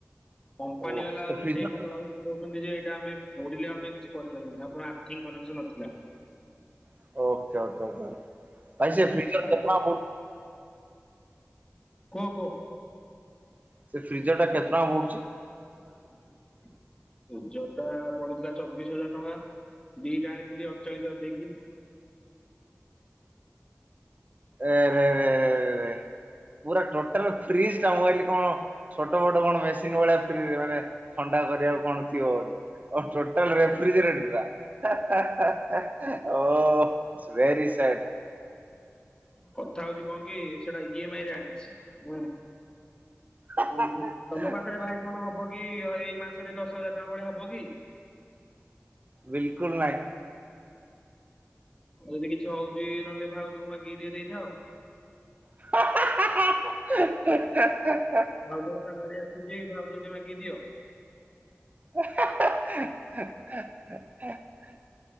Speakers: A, on the left (about 15°); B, on the right (about 30°).
A: କମ୍ପାନୀ
B: ଓ
A: ବାଲା
B: ସେ
A: ଆଉ
B: ଫ୍ରିଜର
A: କ୍ଲେମ୍ କଲା ବେଳକୁ। କହୁଛନ୍ତି ଯେ ଏଇଟା ଆମେ ପୋଡିଲେ ଆମେ କିଛି କରିପାରିବୁନି ଆପଣ ଆର୍ଥିଂ କନେକ୍ସନ ନଥିଲା।
B: ଓକେ ଓକେ ଓକେ ଓକେ ଓ।
A: ଆରେ କୁହ କହ।
B: ସେ ଫ୍ରିଜର ଟା କେତେ ଟଙ୍କା ପଡୁଛି।
A: ଫ୍ରିଜର ଟା ପଡିଥିଲା ଚବିଶ ହଜାର ଟଙ୍କା। ଦିଟା ଆଣିଥିଲି ଅଡ ଚାଳିଶ ହଜାର ଦେଇକି।
B: ଏରେ ଏରେ‌ ଏରେ ଏରେ‌ରେ ପୁରା ଟୋଟଲ ଫ୍ରିଜ ଟା ମୁଁ ଭାବିଲି କଣ। ଛୋଟ ମୋଟ କଣ ମେସିନ୍ ଭଳିଆ ଫ୍ରିରେ ମାନେ ଥଣ୍ଡା କରିବାକୁ କଣ ଥିବ ବୋଲି। ଓ ଟୋଟଲ ରେଫ୍ରିଜେରେଟର ଟା ହେ ହେ ହେ ହେ ଓ। It's very sad.
A: କଥା ହଉଛି କଁ କି ସେଇଟା ଇ ଏମ ଆଇ ରେ ଆଣିଛି ହୁଁ।
B: ବିଲକୁଲ
A: ଉଁ ହୁଁ ତମ ପାଖରେ ଭାଇ କଣ ହବ କି ଏଇ ମାସରେ ଦଶ ହଜାର ଟଙ୍କା ଭଳିଆ ହବ କି।
B: ବିଲକୁଲ ନାହିଁ।
A: ଯଦି କିଛି ହଉଛି ନହେଲେ ଭାଉଜ କୁ ମାଗିକି ଟିକେ ଦେଇଥାଅ।
B: <unintelligible>
A: ଭାଉଜଙ୍କ ସାଲାରି ଆସୁଛି ଭାଉଜ କୁ ଟିକେ ମାଗିକି ଦିଅ।
B: <unintelligible>